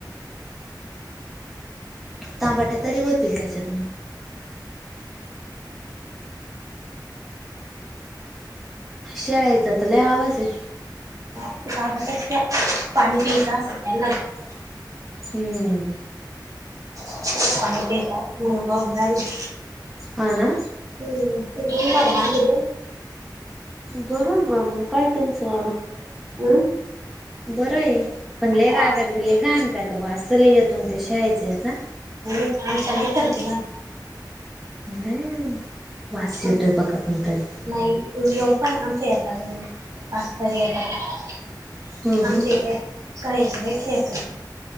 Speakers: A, in the centre; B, on the right.
A: तांबाट्या तरी होतील त्याच्यात मग. शेळ्यायचा तर लय आवाज आहे.
B: ते काय करत असत्या? पाणी पित <unintelligible>
A: हम्म.
B: त्यांना पाणी <unintelligible> राहिली.
A: हा ना?
B: हम्म तिथं दोन मजली बांधीलेना.
A: बरं बरं मग काय त्यांचं आलं.
B: ना.
A: बरं ए पन <unintelligible>
B: हा
A: गे लय घानकरतात वास त लय येतो ना ते शेळ्यांच्या ह्याचा.
B: काम चांगले करचीला.
A: <unintelligible> वास
B: आमच्या
A: येतोय बका पण तरी
B: नाही तू येऊ पण आमच्या येतात म्हणून, पाच तरी येतात.
A: हम्म हम्म
B: आमचे ये शाळेचे नेते आहेत.